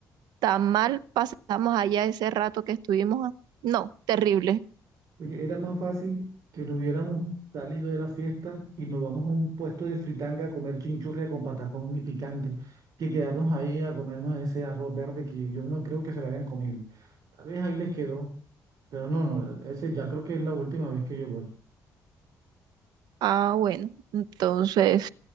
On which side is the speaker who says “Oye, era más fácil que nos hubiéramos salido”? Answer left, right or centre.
Right